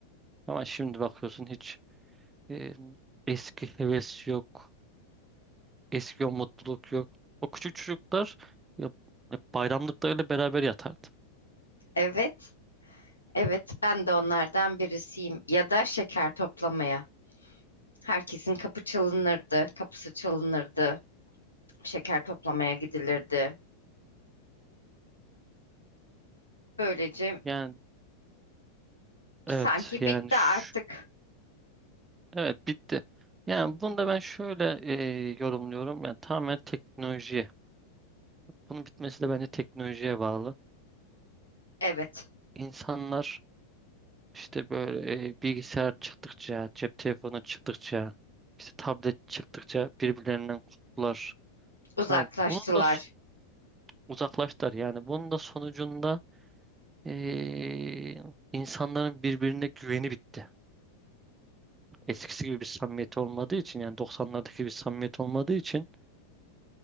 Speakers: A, on the right; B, on the left.
A: Ama şimdi bakıyorsun hiç E, eski heves yok. Eski o mutluluk yok. O küçük çocuklar ya, ya bayramlıklarıyla beraber yatardı.
B: Evet. Evet, ben de onlardan birisiyim. Ya da şeker toplamaya. Herkesin kapı çalınırdı, kapısı çalınırdı, şeker toplamaya gidilirdi. Böylece
A: Yani
B: sanki
A: evet yani
B: bitti
A: şu,
B: artık.
A: evet bitti. Yani bunu da ben şöyle e, yorumluyorum. Yani tamamen teknolojiye. Bunun bitmesi de bence teknolojiye bağlı.
B: Evet,
A: İnsanlar İşte böyle e, bilgisayar çıktıkça, cep telefonu çıktıkça, işte tablet çıktıkça birbirlerinden koptular.
B: uzaklaştılar.
A: Ya bunun da so- uzaklaştılar. Yani bunun da sonucunda e, insanların birbirine güveni bitti. Eskisi gibi bir samimiyet olmadığı için yani 90'lardaki bir samimiyet olmadığı için